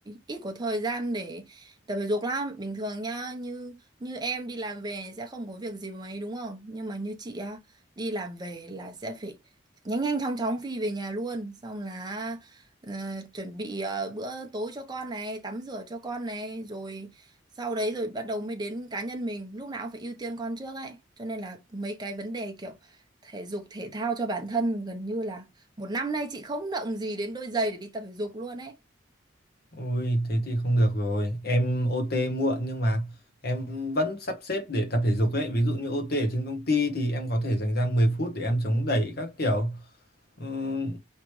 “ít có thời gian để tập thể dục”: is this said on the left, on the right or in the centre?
Right